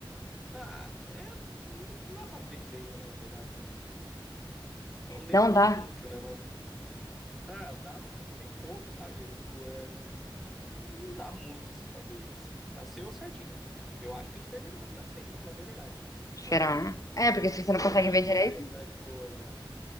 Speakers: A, in the centre; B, on the left.
A: ah, é, não dá pra ver direito, né, na verdade, né? É um dente
B: Não
A: meio
B: dá.
A: que inútil, né? Mas, ah, dá, mas só que é bem pouco, sabe? É, Tipo, é, não, não, não dá muito, assim, pra ver ele, assim. Nasceu certinho. Eu acho que não terminou de nascer ainda, pra falar bem a verdade. Mas
B: Será?
A: não,
B: É, porque se você
A: não
B: não consegue
A: tá doendo
B: ver direito.
A: mais, tá de boas, né?